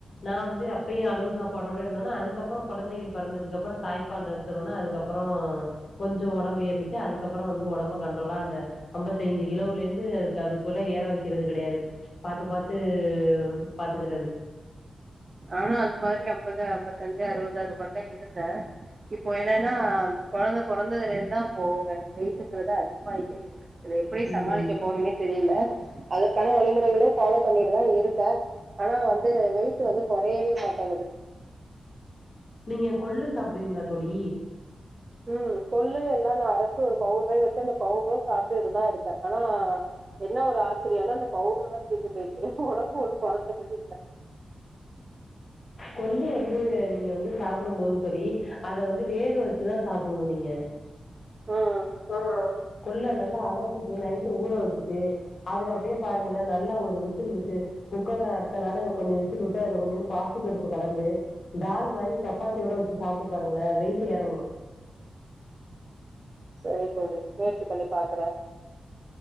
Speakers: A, on the left; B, on the right.
A: நா வந்து அப்பையு அளவு சாப்பாடோட இருந்தோன்ன அதுக்கப்பறோ கொழந்தைகள் பெறந்ததுக்கு அப்பறோ தாய் பால் நிறுத்துணோன்ன அதுக்கப்பறோ கொஞ்சோ ஒடம்பு ஏர்னுச்சு அதுக்கப்பறோ வந்து ஒடம்ப கண்ட்ரோலா அந்த அம் முப்பத்தைந்து கிலோவுலேந்து அதுக்கு அதுக்குள்ள ஏற வெக்கிறது கெடையாது பாத்து பாத்து பாத்துக்க றது
B: ஆனா அது மாரி அம்பது அம்பத்தஞ்சு அறுவது அது மாரிதா இருந்தே இப்போ என்னன்னா கொழந்த பொறந்ததுலெருந்துந்தா அப்போ எனக்கு வெயிட்டுங்குறது அதிகமாயிட்டே இருக்கு அத எப்டி
A: ம்.
B: சமாளிக்க போறேன்னே தெரியில அதற்கான வழி முறைகளு ஃபாலோ பண்ணிட்டு தா இருக்கே ஆனா வந்து வெயிட்டு வந்து கொறையவே மாட்டேங் குது
A: நீங்க கொள்ளு சாப்பிடுவீங்களா தோழி
B: ம் கொல்லு எல்லா நா அரச்சு ஒரு பவுட்ரே வச்சு அந்த பவுட்ரு சாப்ட்டுட்டுதா இருக்கே ஆனா என்ன ஒரு காச்சர்யானா அந்த பவுடர் தா தீர்ந்து போய்ட்டு ஒடம்பு ஒன்னும் கொறைஞ்ச மாதிரி இல்ல
A: கொள்ளு வந்து நீங்க வந்து சாப்டும் போது தோழி அத வந்து வேக வச்சுதா சாப்ட்ணு நீங்க
B: ம்
A: ஆ ஆ கொள்ள நல்லா அலசிட்டு நைட்டு ஊற வச்சுட்டு அதுல அப்டியே பாருங்கன்னா நல்லா ஒரு விசில் விட்டு குக்கர்ல அடுத்தனாலு கொஞ்ச விசில் விட்டு அதுல கொஞ்சோன்டு பாசிப்பருப்பு கலந்து தால் மாரி சப்பாத்தியோட ஊற வச்சு சாப்ட்டு பாருங்களே வெயிட்டு எறங்கும்
B: சரி தோழி முயற்சி பண்ணி பாக்குறே